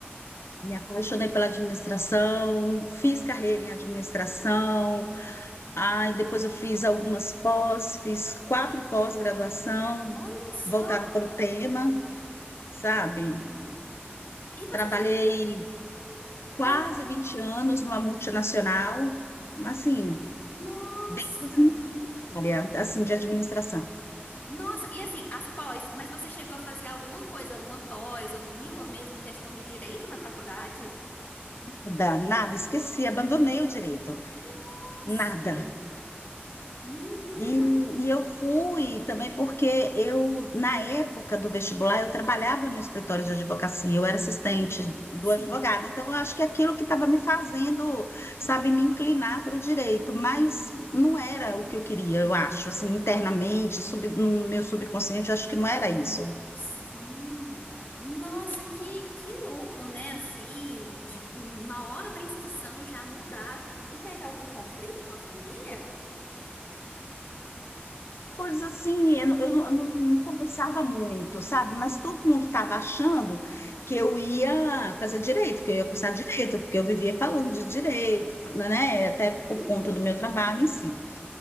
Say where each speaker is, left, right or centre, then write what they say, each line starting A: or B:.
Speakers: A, on the left; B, on the left.
A: Me apaixonei pela administração, fiz carreira em administração, aí depois eu fiz algumas pós, fiz quatro pós-graduação
B: Olha só!
A: voltada para o tema, sabe?
B: Uhum. E você
A: Trabalhei
B: chegou.
A: quase
B: Não, é-
A: 20 anos numa multinacional, assim,
B: nossa!
A: desde a minha área, assim, de administração.
B: Nossa! E assim, as pós, mas você chegou a fazer alguma coisa, alguma pós, ou viu a mesma questão de direito na faculdade?
A: Nada, nada, esqueci, abandonei o direito,
B: Nossa!
A: nada.
B: Menina!
A: E, e eu fui também porque eu, na época do vestibular, eu trabalhava no escritório de advocacia, eu era assistente
B: Uhum.
A: do
B: Sim.
A: advogado, então eu acho que aquilo que estava me fazendo, sabe, me inclinar para o direito, mas não era o que eu queria, eu acho, assim, internamente, sub- no meu subconsciente, eu acho que não era isso.
B: Sim. Nossa, que, que louco, né? Assim, de- na hora da inscrição já mudar. E teve algum conflito com a família?
A: coisas assim, eu, não, eu não, não- não conversava muito, sabe? Mas todo mundo estava achando que eu ia fazer direito, que eu ia cursar direito, porque eu vivia falando de direito, né? Até por
B: Uhum.
A: conta do meu trabalho em si.